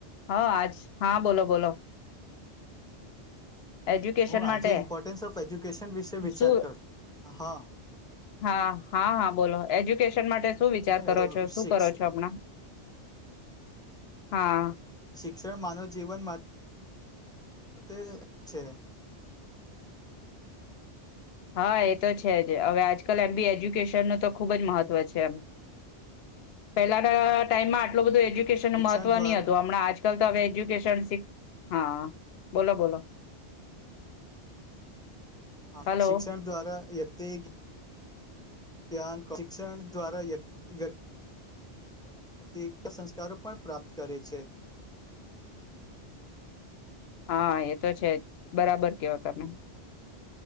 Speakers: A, on the left (about 65°); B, in the centre.
A: હ આજ હા બોલો બોલો. એજ્યુકેશન
B: હું આજે
A: માટે
B: ઈમ્પોર્ટન્સ ઓફ એજ્યુકેશન વિશે વિચાર
A: શું
B: કરવા હા.
A: હા હા હા બોલો એજ્યુકેશન માટે શું વિચાર
B: નહી
A: કરો છો, શું
B: શિક્ષ
A: કરો છો હમણાં? હા.
B: શિક્ષણ માનવ જીવનમાં તે છે.
A: હા એ તો છે જ હવે આજકાલ એમ બી એજ્યુકેશનનું તો ખૂબ જ મહત્વ છે એમ. પહેલાના ટાઈમમાં આટલું બધું એજ્યુ નુ
B: શિક્ષણ
A: મહત્વ
B: દ્વારા
A: ની હતું હમણાં આજકાલ તો હવે એજ્યુકેશન શી હા બોલો બોલો.
B: હ
A: હલો
B: શિક્ષણ દ્વારા વ્યક્તિ ધ્યાન, શિક્ષણ દ્વારા વ્યક્તિ વ્યક્તિ સંસ્કારો પણ પ્રાપ્ત કરે છે.
A: હા એ તો છે જ બરાબર કેવો તમે